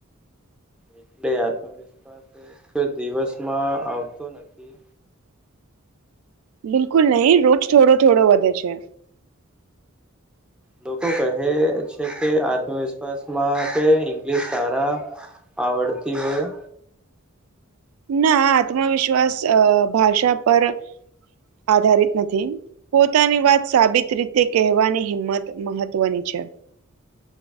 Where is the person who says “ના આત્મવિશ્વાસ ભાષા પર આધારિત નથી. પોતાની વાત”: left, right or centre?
Right